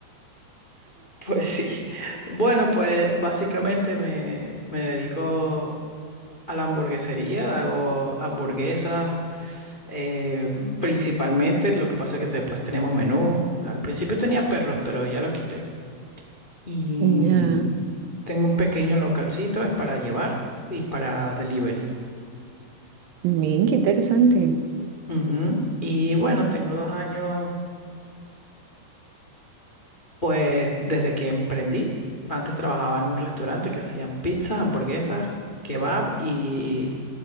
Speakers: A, on the left; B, on the right.
A: pues sí. Bueno, pues básicamente me, me dedico a la hamburguesería, hago hamburguesas eh, principalmente, lo que pasa es que después tenemos menú, al principio tenía perros, pero ya los quité. Y
B: <laughs> Ya,
A: tengo un pequeño localcito, es para llevar y para delivery.
B: bien, qué interesante.
A: Ujú. Y bueno, tengo dos años, pues desde que emprendí. Antes trabajaba en un restaurante que hacían pizzas, hamburguesas, kebab y,